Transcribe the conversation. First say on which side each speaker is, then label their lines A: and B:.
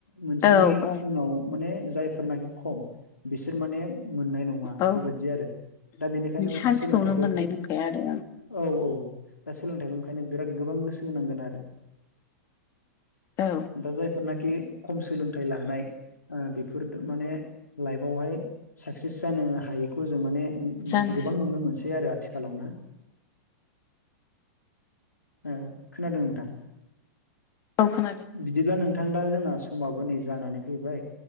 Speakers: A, on the left; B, on the left.
A: मोनसेनि
B: औ औ
A: उनाव माने जाय फोरनाखि खम बिसोर माने मोननाय नङा
B: औ
A: बेबादि आरो दा बेनिखायनो माने
B: सान्सखौनो
A: सोलोंथाइखौ
B: मोननाय नंखाया आरो
A: औ औ दा सोलोंथाइखौ ओंखायनो बिराद गोबां गोसो होनांगोन आरो।
B: औ
A: दा जायफोरनाखि खम सोलोंथाइ लानाय ओ बेफोर माने लाइफआवहाय साक्सेस जानो हायैखौ जों माने ओ ओ
B: जानो
A: गोबां नुनो मोनसै आरो आथि खालावना ओ खोनादों नोंथां।
B: औ खोनादों
A: बिदिब्ला नोंथां दा जोंना समाबो नै जानानै फैबाय।